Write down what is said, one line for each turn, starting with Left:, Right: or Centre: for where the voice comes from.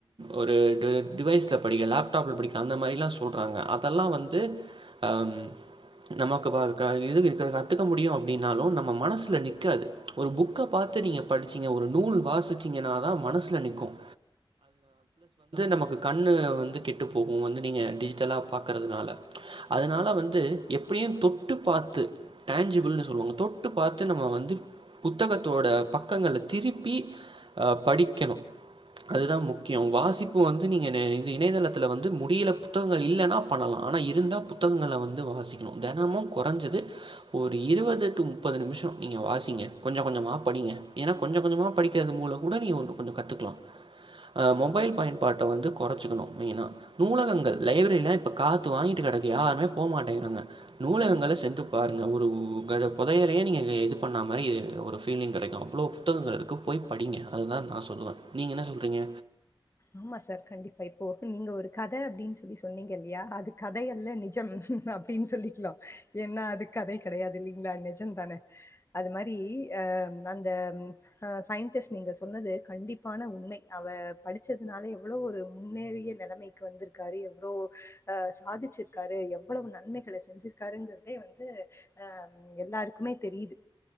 Right: ஒரு டிவைஸ்ல படிக்கன் லேப்டாப்ல படிக்கிறன் அந்த மாதிரிலா சொ ல்ராங்க அதாலாம் வந்து ஆஹ் ஆஹ் நமக்கு கத்துக்க முடியும் அப்படனாலும் நம்ம மனசல நிக் காது ஒரு புக்க பத்து படிச்சங்க ஒரு நூல் வாசிச்சீங்கன்ன தான் மனசுல நிக்கும் நமக்கு கண்ணு வந்து கெட்டு போகும் நீங்க டிஜி இதெல்லாம் பார்க்கறதுனால அதனால வந்து எப்படியும் தொட்டு பார்த்து டேஞ்சிபிள்னு சொல்லுவாங்க தொட்டு பார்த்து நம்ம வந்து புத்தகத்தோட பக்கங்கள திருப்பி ஆஹ் படிக்கணும் அதுதான் முக்கியம் வாசிப்பு வந்து நீங்கள இணையதளத்தில் வந்து முடியல புத்தகங்கள் இல்லைன்னா பண்ணலாம் ஆனால் இருந்தால் புத்தகங்களளை வந்து வாசிக்கணும் தினமும் குறைஞ்சது ஒரு இருபது டு முப்பது நிமிஷம் நீங்கள் வாசிங்க கொஞ்சம் கொஞ்சமாக படிங்க ஏன்னால் கொஞ்சம் கொஞ்சமாக படிக்கிறது மூலம் கூட நீங்க ஒன்று கொஞ்சம் கற்றுக்கலாம் மொபைல் பயன்பாட்டை வந்து குறைச்சிக்கணும் மெயினா நூலகங்கள் லைப்ரியிலாம் இப்போ காத்து வாங்கிட்டு கிடக்கு யாருமே போக மாட்டேங்கிறாங்க நூலகங்களை சென்று பாருங்கள் ஒரு கதை புதையலையே நீங்கள் இது பண்ணா மாதிரி ஒரு ஃபீலிங் கிடைக்கும் அவ்வளோ புத்தகங்கள் இருக்கு போய் படிங்க அதுதான் நா சொல்லுவேன் நீங்க என்ன சொல்கிறீங்க
Left: ஆமா சார் கண்டிப்பா இப்போ நீங்க ஒரு கதை அப்படின்னு சொல்லி சொன்னீங்க இல்லையா அது கதை அல்ல நிஜம் அப்படின்னு சொல்லிக்கலாம் ஏன்னா அது கதை கிடையாது இல்லைங்களா நிஜம் தானே அது மாரி அஹ் அந்தஹ் சயின்டிஸ்ட் நீங்க சொன்னது கண்டிப்பான உண்மை அவ படிச்சதுனால எவ்வளோ ஒரு முன்னேறிய நிலைமைக்கு வந்திருக்காரு எவ்வளோ அஹ் சாதிச்சிருக்காரு எவ்வளவு நன்மைகளை செஞ்சிருக்காருங்கிறதே வந்து அஹ் எல்லாருக்குமே தெரியுது